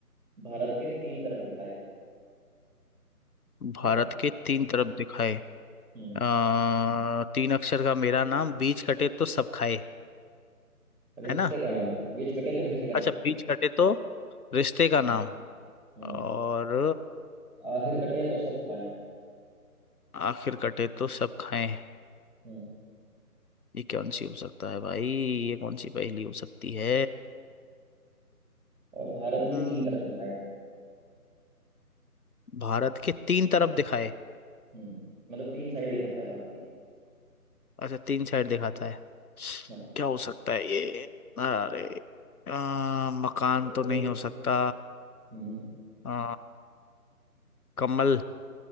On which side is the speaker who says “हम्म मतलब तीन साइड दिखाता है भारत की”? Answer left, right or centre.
Right